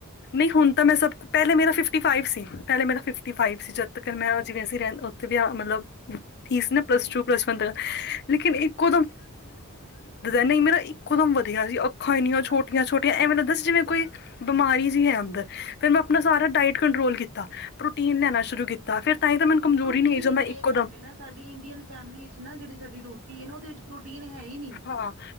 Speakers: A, on the left; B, on the right.
A: ਨਹੀਂ ਹੁਣ ਤਾਂ ਮੈਂ ਸਭ ਪਹਿਲੇ
B: ਸੈਵਨਟੀ
A: ਮੇਰਾ ਫਿਫਟੀ
B: ਫੋਰ
A: ਫਾਈਵ ਸੀ। ਪਹਿਲੇ ਮੇਰਾ ਫਿਫਟੀ ਫਾਈਵ ਸੀ। ਜਦ ਤੱਕ ਮੈਂ ਜਿਵੇਂ, ਅਸੀਂ ਰਹ ਉੱਥੇ ਵੀ ਆ ਮਤਲਬ ਫੀਸ ਨਾ ਪਲੱਸ
B: ਹਾਂ ਹਾਂ
A: ਟੂ, ਪਲੱਸ ਵਨ, ਦਾ ਲੇਕਿਨ ਇੱਕ ਨਹੀਂ ਮੇਰਾ ਇੱਕੋਦਮ ਵਧੀਆ ਸੀ। ਖਾਣੀਆਂ, ਉਹ ਛੋਟੀਆਂ-ਛੋਟੀਆਂ
B: ਤੇ ਮੇਰਾ
A: ਐਵੇਂ ਲੱਗਦਾ ਸੀ। ਜਿਵੇਂ ਕੋਈ ਬਿਮਾਰੀ ਜੀ ਐ ਅੰਦਰ, ਫਿਰ ਮੈਂ ਆਪਣਾ ਸਾਰਾ ਡਾਇਟ ਕੰਟਰੋਲ ਕੀਤਾ, ਪ੍ਰੋਟੀਨ ਲੈਣਾ ਸ਼ੁਰੂ ਕੀਤਾ। ਫਿਰ ਤਾਂਈ ਤਾਂ ਮੈਨੂੰ ਕਮਜ਼ੋਰੀ
B: ਪ੍ਰੋਟੀਨ
A: ਨਹੀਂ ਆਈ।
B: ਇਨਟੇਕ
A: ਮੈਂ ਇੱਕੋਦਮ-
B: ਘੱਟ ਏ ਨਾ ਸਾਡੀ ਇੰਡੀਅਨ ਫੈਮਿਲੀ ਵਿੱਚ ਨਾ, ਜਿਹੜੀ ਸਾਡੀ ਰੋਟੀ ਐ ਨਾ, ਉਹਦੇ ਵਿੱਚ ਪ੍ਰੋਟੀਨ ਹੈ ਈ ਨਹੀਂ
A: ਹਾਂ।